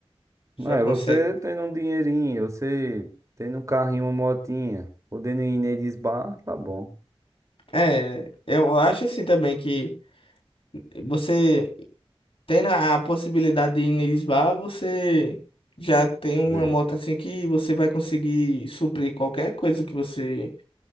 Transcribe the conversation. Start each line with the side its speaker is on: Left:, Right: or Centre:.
Left: já
Right: Ah,
Left: consegue.
Right: você tendo um dinheirinho, você tendo um carrinho, uma motinha, podendo ir neles bar, tá bom.
Left: É, eu acho assim também que você tendo a possibilidade de ir em Lisboa, você já tem uma
Right: De-
Left: moto assim que você vai conseguir suprir qualquer coisa que você